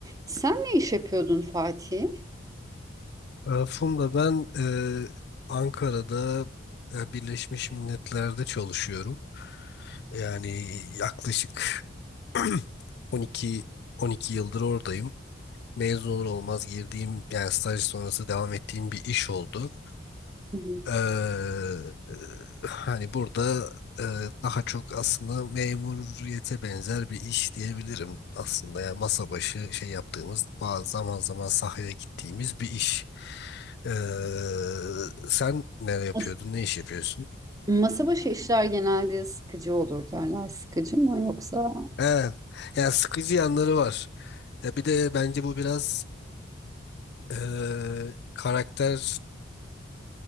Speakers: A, on the right; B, on the left.
A: Sen ne iş yapıyordun Fatih?
B: Ee, Funda ben e, Ankara'da e, Birleşmiş Milletler'de çalışıyorum. Yani yaklaşık <clears throat> 12 12 yıldır oradayım. Mezun olur olmaz girdiğim yani staj sonrası devam ettiğim bir iş oldu.
A: Hı hı.
B: Eee, hani burada eee, daha çok aslında memuriyete benzer bir iş diyebilirim aslında. Yani masa başı şey yaptığımız, bazı zaman zaman sahaya gittiğimiz bir iş. Eee, sen ne yapıyordun,
A: Mas-
B: ne iş yapıyorsun?
A: Masa başı işler genelde sıkıcı olur derler. Sıkıcı mı yoksa
B: He, ya sıkıcı yanları var. Ya bir de bence bu biraz eee, karakter